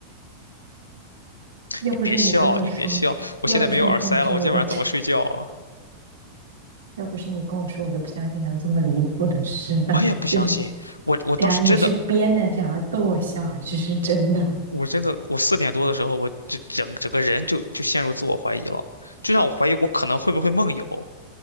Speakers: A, on the right; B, on the left.
A: 要不是你跟我说，
B: 你别笑，你别笑，我现在没有耳塞了，
A: 要不是你跟我说，
B: 我今天晚上怎么睡觉啊？
A: 我都，要不是你跟我说，我都不相信还有这么离谱的事。
B: 我也不相信，
A: <laughs> 就是
B: 我我当时真的，
A: 等一下你是编的，想要逗我笑，还是是真的？
B: 我真的，我四点多的时候，我这整整个人就就陷入自我怀疑了，就让我怀疑我可能会不会梦游。